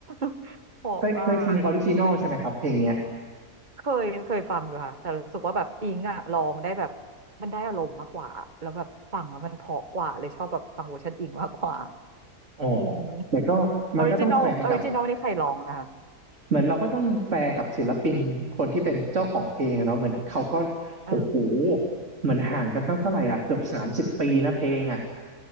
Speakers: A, on the right (about 30°); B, on the right (about 55°).
A: <laughs> เพราะมาก
B: เคยเคยฟังออริจินอลใช่ไหมครับเพลงเนี้ย
A: เคยเคยฟังอยู่ค่ะแต่รู้สึกว่าแบบอิงอะร้องได้แบบมันได้อารมณ์มากกว่าแล้วแบบฟังแล้วมันเพราะกว่าเลยชอบแบบฟังเวอร์ชันอิงมากกว่า
B: อ๋อ
A: อืม
B: แต่ก็มันก็ต้องแฝงกับ
A: ออริจินอลออริจินอลนี่ใครร้องนะคะ
B: เหมือนเราก็ต้องแฟร์กับศิลปินคนที่เป็นเจ้าของเพลงอะเนาะเหมือนเขาก็
A: เออ
B: โอ้โหเหมือนห่างกันตั้งเท่าไหร่อ่ะเกือบสามสิบปีนะเพลงอ่ะ